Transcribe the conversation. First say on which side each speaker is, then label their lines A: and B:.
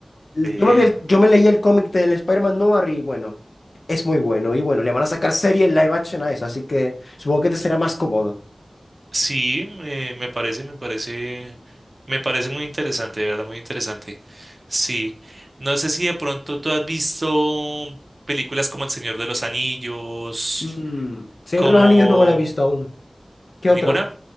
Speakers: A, on the left; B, on the right.
A: Yo
B: ve.
A: me vi el- yo me leí el cómic del Spider-Man Noir y bueno, es muy bueno. Y bueno, le van a sacar serie en live action a eso, así que supongo que te será más cómodo.
B: Sí, me, me parece, me parece, me parece muy interesante, de verdad, muy interesante. Sí. No sé si de pronto tú has visto películas como El Señor de los Anillos,
A: Mm, Señor
B: como
A: de los Anillos no me la he visto aún. ¿Qué
B: ninguna.
A: otra?